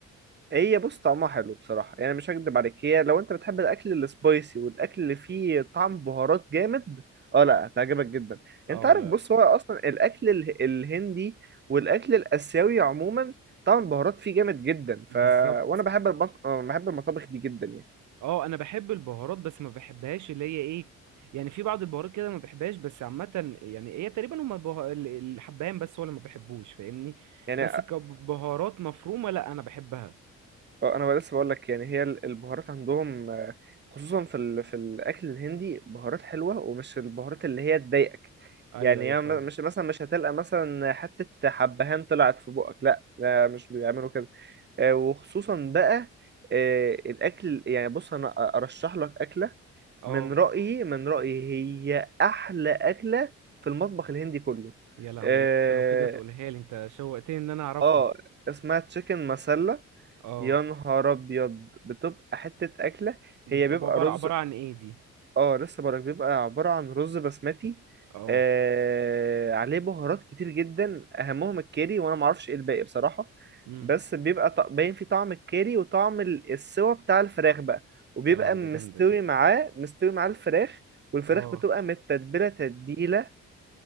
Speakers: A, on the right; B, on the right.
A: هي بص طعمها حلو بصراحة يعني مش هكدب عليك هي لو انت بتحب الأكل السبايسي والأكل اللي فيه طعم بهارات جامد اه لا هتعجبك جدا
B: اه
A: انت عارف
B: لا
A: بص هو أصلا الأكل ال- الهندي والأكل الآسيوي عموما طعم البهارات فيه جامد جدا
B: بالظبط
A: ف وانا بحب المط... بحب المطابخ دي جدا يعني
B: اه انا بحب البهارات بس ما بحبهاش اللي هي ايه يعني في بعض البهارات كده ما بحبهاش بس عامة يعني هي تقريبا هما بها... ال- الحبهان بس هو اللي ما بحبوش فاهمني
A: يعني
B: بس كبهارات مفرومة لا انا بحبها
A: اه انا لسه بقول لك يعني هي ال- البهارات عندهم آه، خصوصا في ال... في الاكل الهندي بهارات حلوه ومش البهارات اللي هي تضايقك
B: ايوه
A: يعني
B: ايوه
A: هي
B: فاهم
A: م- مش مثلا مش هتلقى مثلا حته حبهان طلعت في بقك لا لا مش بيعملوا كده آه، وخصوصا بقى آه، الاكل يعني بص انا أ- ارشح لك اكله
B: اه
A: من رايي من رايي هي احلى اكله في المطبخ الهندي كله
B: يا لهوي
A: آه،
B: لا انت لو كده تقولها لي انت شوقتني ان انا اعرفها
A: اه اسمها تشيكن مسلة
B: اه
A: يا نهار ابيض بتبقى حتة اكلة هي
B: دي بتبقى
A: بيبقى
B: عبارة
A: رز
B: عبارة عن ايه دي
A: اه لسه بقولك بيبقى عبارة عن رز بسمتي
B: اه
A: آه... عليه بهارات كتير جدا اهمهم الكاري وانا معرفش ايه الباقي بصراحة
B: امم
A: بس بيبقى ط... باين فيه طعم الكاري وطعم ال- السوا بتاع الفراخ بقى وبيبقى
B: يا لهوي
A: مستوي
B: ده جامدة دي
A: معاه مستوي معاه الفراخ والفراخ
B: اه
A: بتبقى متتبلة تتبيلة